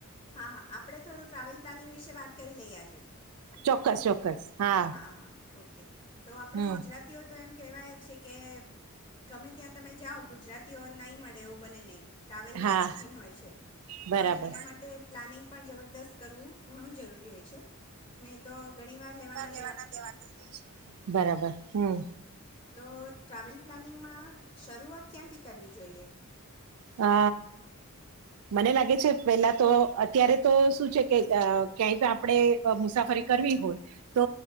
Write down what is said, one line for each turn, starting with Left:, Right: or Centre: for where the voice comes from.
Left: હા હા આપણે થોડું ટ્રાવેલ પ્લાનિંગ વિશે વાત કરી લઈએ આજે.
Right: ચોક્કસ ચોક્કસ હા.
Left: હા હા ઓકે તો આપણે
Right: હમ
Left: ગુજરાતીઓ તો એમ કહેવાય છે કે ગમે ત્યાં તમે જાઓ ગુજરાતીઓ નહીં મળે એવું બને નહીં. ટ્રાવેલના
Right: હા
Left: શોખીન હોય છે,
Right: બરાબર
Left: પણ એના માટે પ્લાનિંગ પણ જબરદસ્ત કરવું ઘણું જરૂરી હોય છે, નઈ તો ઘણીવાર લેવાના
Right: લેવાના દેવા થઈ જાય છે. બરાબર. હમ
Left: તો ટ્રાવેલ પ્લાનિંગમાં શરૂઆત ક્યાંથી કરવી જોઈએ?
Right: અ મને લાગે છે, પહેલા તો અત્યારે તો શું છે કે અ ક્યાંય તો આપડે અ મુસાફરી કરવી હોય તો